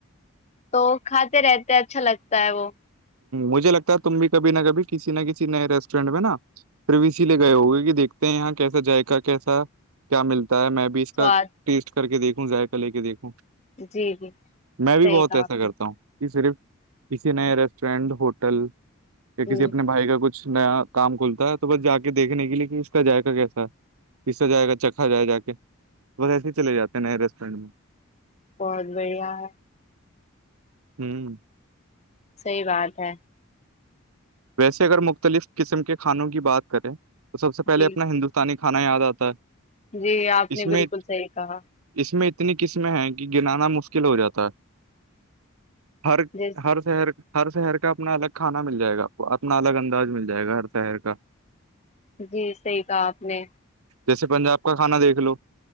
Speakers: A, on the left (about 30°); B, on the right (about 90°).
A: تو کھاتے رہتے اچھا لگتا ہے وہ
B: مجھے لگتا ہے تم بھی کبھی نہ کبھی کسی نہ کسی نئے ریسٹورینٹ میں نا پو اسی لیے گئے ہوگئے کہ دیکھتے ہیں یہاں کیسا جائق کیسا کیا ملتا ہے میں بھی اس کا
A: سواد
B: ٹیسٹ کر کے دیکھوں ذائقہ لے کے دیکھوں
A: جی جی
B: میں بھی
A: صحیح
B: بہت
A: کہا
B: ایسا
A: آپ
B: کرتا
A: نے
B: ہوں کہ صرف کسی نئے ریسٹورینٹ ہوٹل یا
A: ہ
B: کسی اپنے بھائی کا کچھ نیا کام کھلتا ہے تو بس جا کے دیکھنے کے لیے کہ اس کا جائقہ کیسا ہے پسا جائے گا چکھا ہو جائے جا کے بس ایسے ہی چلے جاتے ہیں نئے ریسٹورینٹ میں
A: بہت بڑھیا ہے
B: ہوں
A: صحی بات ہے
B: ویسے اگر مختلف قسم کے کھانوں کی بات کریں تو سب سے پہلے
A: جی
B: اپنا ہندوستانی کھانا یاد آتا ہے
A: جی آپ
B: اس
A: نے
B: میں
A: بالکل صحیح کہا
B: اس میں اتنی قسمیں ہیں کہ گنانا مشکل ہو جاتا ہے ہر
A: جس
B: ہر شہر ہر شہر کا اپنا الگ کھانا مل جائے گا اپنا الگ انداز مل جائے گا ہر شہر کا
A: جی صحیح کہا آپ نے
B: جیسے پنجاب کا کانا دیکھ لو